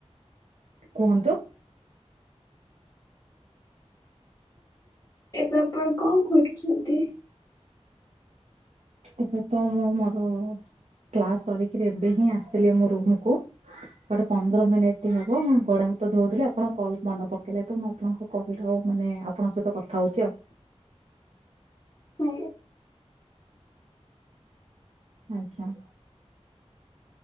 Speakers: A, on the right; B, on the left.
A: କୁହନ୍ତୁ?
B: ଏବେ ଆପଣ କଣ କରୁଛନ୍ତି?
A: ଏବେ ତ ମୁଁ ମୋର କ୍ଲାସ୍ ସରି କିରି ଏବେ ହିଁ, ଆସିଲି ମୋ ରୁମକୁ। ଗଟ ପନ୍ଦର ମିନିଟ୍ ହବ, ମୁଁ ଗୋଡ ହାତ ଧଉଥିଲି ଆପଣ କଲ୍ ମନେ ପକେଇଲେ, ତ ମୁଁ ଆପଣଙ୍କୁ କହି ଡଉ, ମାନେ ଆପଣଙ୍କ ସହିତ କଥା ହଉଛି ଆଉ।
B: ହୁଁ।
A: ଆଜ୍ଞା।